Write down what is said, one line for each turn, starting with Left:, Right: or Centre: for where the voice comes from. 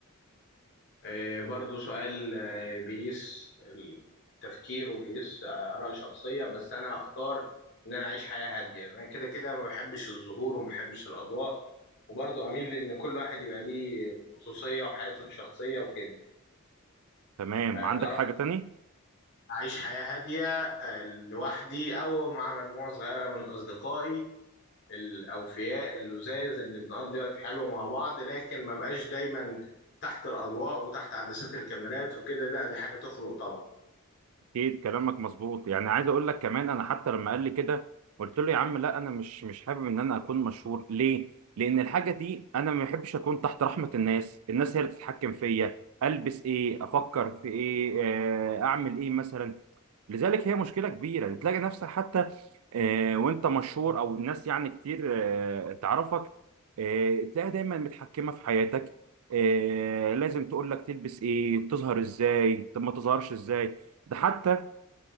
Left: آه، برضو سؤال آه، بيقيس التفكير وبيقيس آه، آراء شخصية بس أنا هختار إن أنا أعيش حياة هادية لأن أنا كده كده ما بحبش الظهور وما بحبش الأضواء وبرضو أميل لأن كل واحد يبقى ليه خصوصية وحياته الشخصية وكده
Right: تمام
Left: فده
Right: عندك
Left: رأيي
Right: حاجه تاني
Left: أعيش حياة هادية آه، لوحدي أو مع مجموعة صغيرة من أصدقائي الأوفياء اللذاذ اللي بنقضي وقت حلو مع بعض لكن ما بقاش دايما تحت الأضواء وتحت عدسات الكاميرات وكده لا دي حاجة تخلق طبعا
Right: اكيد كلامك مظبوط يعني عايز اقول لك كمان انا حتى لما قال لي كده قلت له يا عم لا انا مش مش حابب ان انا اكون مشهور ليه لان الحاجه دي انا ما بحبش اكون تحت رحمه الناس الناس هي اللي تتحكم فيا البس ايه افكر في ايه آه، اعمل ايه مثلا لذلك هي مشكله كبيره يعني تلاقي نفسك حتى آه، وانت مشهور او الناس يعني كتير آه، تعرفك آه، تلاقيها دايما متحكمه في حياتك آه، لازم تقول لك تلبس ايه تظهر ازاي طب ما تظهرش ازاي ده حتى